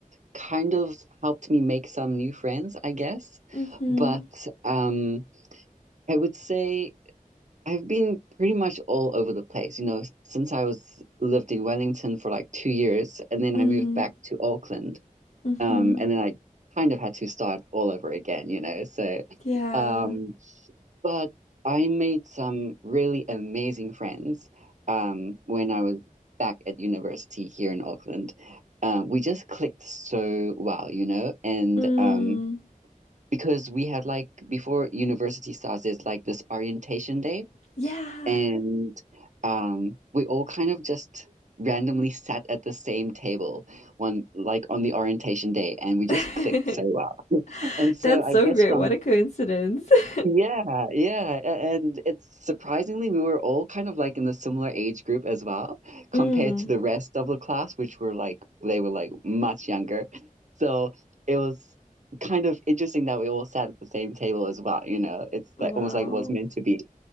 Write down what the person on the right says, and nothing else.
kind of helped me make some new friends, I guess.
But um, I would say I've been pretty much all over the place, you know, s- since I was lived in Wellington for like two years, and then
I moved back to Auckland.
Um, and then I kind of had to start all over again, you know. So,
um, but I made some really amazing friends um, when I was back at university here in Auckland. Um, we just clicked so well, you know, and
um, because we had like before university starts, there's like this orientation day,
and um, we all kind of just randomly sat at the same table one like on the orientation day, and we just
clicked so well. And so
I
guess
from
yeah, yeah, a- and it's surprisingly we were all kind of like in a similar age group as well, compared
to the rest of the class, which were like they were like much younger. So it was kind of interesting that we all sat at the same table as well, you know. It's
like almost like it was meant to be.